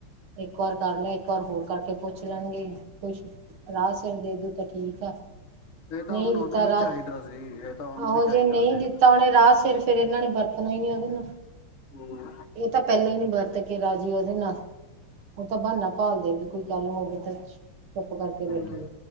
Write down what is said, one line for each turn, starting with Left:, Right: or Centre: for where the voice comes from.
Right: ਇੱਕ ਵਾਰ ਕਰ ਲੈ ਇੱਕ ਵਾਰ ਹੋਰ ਕਰਕੇ ਪੁੱਛ ਲੈਣਗੇ ਕੁਛ ਰਾਹ ਸਿਰ ਦੇ ਦੂ ਤਾਂ ਠੀਕ ਆ
Left: ਤਾਂ
Right: ਨਹੀਂ
Left: ਹੁਣ
Right: ਇਹ
Left: ਉਹਨੂੰ
Right: ਦਿੱਤਾ
Left: ਵੀ
Right: ਰਾ
Left: ਚਾਹੀਦਾ ਸੀ ਇਹ ਤਾਂ ਉਹਨੂੰ
Right: ਆਓ
Left: ਵੀ ਚਾਹੀਦਾ
Right: ਜੇ ਨਹੀਂ
Left: ਸੀ
Right: ਦਿੱਤਾ ਉਹਨੇ ਰਾਹ ਸਿਰਫ ਫਿਰ ਇਹਨਾਂ ਨੇ ਵਰਤਣਾ ਹੀ ਨੀ ਉਹਦੇ ਨਾਲ।
Left: ਹੂੰ
Right: ਇਹ ਤਾਂ ਪਹਿਲਾਂ ਹੀ ਨਹੀਂ ਵਰਤ ਕੇ ਰਾਜੀ ਉਹਦੇ ਨਾਲ। ਉਹ ਤਾਂ ਬਹਾਨਾ ਭਾਲਦੇ ਵੀ ਕੋਈ ਗੱਲ ਹੋਵੇ ਤੇ। ਚੁੱਪ ਕਰਕੇ ਬੈਠੀ
Left: ਹੂੰ
Right: ਆ